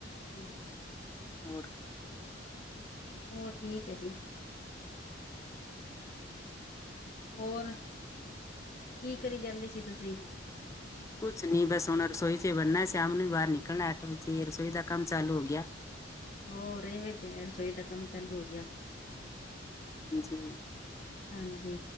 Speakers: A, on the left; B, on the left.
A: ਹੂੰ
B: ਹੋਰ?
A: ਹੋ ਠੀਕ ਹੈ ਜੀ। ਹੋਰ ਕੀ ਕਰੀ ਜਾਂਦੇ ਸੀ ਤੁਸੀਂ?
B: ਹੋਰ ਕੁਛ ਨੀ ਬਸ ਹੁਣ ਰਸੋਈ 'ਚ ਬਣਨਾਂ ਸ਼ਾਮ ਨੂੰ ਹੀ ਬਾਹਰ ਨਿਕਲਣਾ, ਅੱਠ ਵਜੇ ਰਸੋਈ ਦਾ ਕੰਮ ਚਾਲੂ ਹੋ ਗਿਆ।
A: ਹੋ ਇਹ ਵੀ ਤੇ ਹੈ, ਰਸੋਈ ਦਾ ਕੰਮ ਚਾਲੂ ਹੋ ਗਿਆ।
B: ਹਾਂਜੀ।
A: ਹਾਂਜੀ।